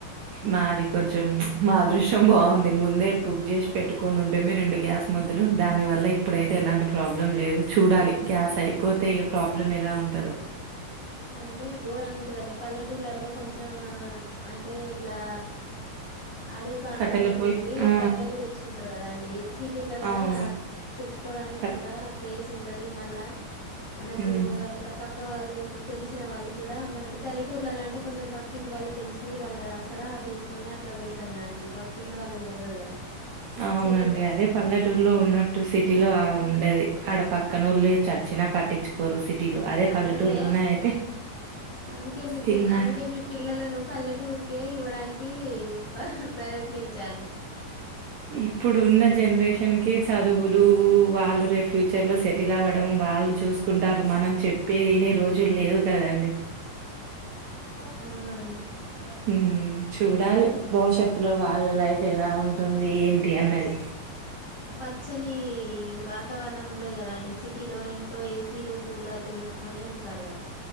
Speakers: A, on the right (about 70°); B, on the left (about 40°).
A: మాది కొంచెం మా అదృశ్యం బాగుంది ముందే బుక్ చేసి పెట్టుకొని ఉంటే మీ రెండు గ్యాస్ మొ దాని వల్ల ఇప్పుడైతే ఎలాంటి ప్రాబ్లం లేదు చూడాలి గ్యాస్ అయిపోతే ఇక ప్రాబ్లం ఎలా ఉంట
B: అంటే ఘోరంగా ఉంటదండి పల్లెటూళ్లలో కొంచెం అంటే ఇట్లా అడవి ప్రాంతంలోకి
A: కట్టెల పొయ్యి
B: వెళ్ళలి
A: ఆ!
B: కట్టెలు తెచ్చుకుంటారు కదా అండి సిటీలలా
A: అవును.
B: తెచ్చుకోవడానికి
A: కట్
B: కూడా ప్లేస్ ఉండదు మళ్ళా మనకు
A: హ్మ్.
B: అక్కడ పక్క పక్క వాళ్ళు తెలిసిన వాళ్ళు కూడా మనకు పల్లెటూర్ల అంటే కొంచెం పక్కింటి వాళ్ళు తెలిసి వాళ్ళ సలహ తీసుకుొనే అట్లా వెళ్తాం కదండి పక్కింటి వాళ్ళకు తెలియదు కదా
A: అవునండి
B: సిటీలో
A: అదే పల్లెటూరులో ఉన్నట్టు సిటీలో ఉ ది ఆడ పక్కనళ్ళు చచ్చినా పట్టించుకోరు సిటీలో అదే పల్లెటూరులోనే
B: అందుకే
A: అయితే
B: అందుకే మీ
A: తిన్నా
B: పిల్ అందుకే మీ పిల్లలను పల్లెటూరు కే ఇవ్వడానికి ప్రయత్నించండి
A: ఇప్పుడు ఉన్న జనరేషన్ కి చదువులు వాళ్ళు రే ఫ్యూచర్ లో సెటిల్ అవ్వడం వాళ్ళు చూసుకుంటారు మనం చెప్పేదిని రోజు జు లేవు కదండి
B: అవునండి
A: హ చూడాలి భవిష్యత్తులో వాళ్ళ లైఫ్ ఎలా ఉంటుంది ఏంటి అన్నది
B: చ్చని వాతావరణం ఉండదు కదాండి సిటీలో ఇంట్లో ఏసీలు కూలర్లు పెట్టు కొనే ఉంటారు కదా